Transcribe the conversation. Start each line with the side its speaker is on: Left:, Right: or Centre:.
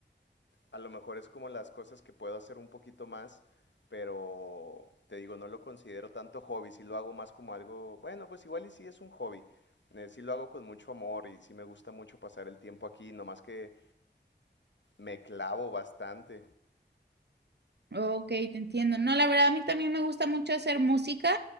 Left: a lo mejor es como las cosas que puedo hacer un poquito más, pero te digo, no lo considero tanto hobby, si lo hago más como algo, bueno, pues igual y sí es un hobby, eh, sí lo hago con mucho amor y sí me gusta mucho pasar el tiempo aquí, nomás que me clavo bastante.
Right: Ok, te entiendo. No, la verdad, a mí también me gusta mucho hacer música.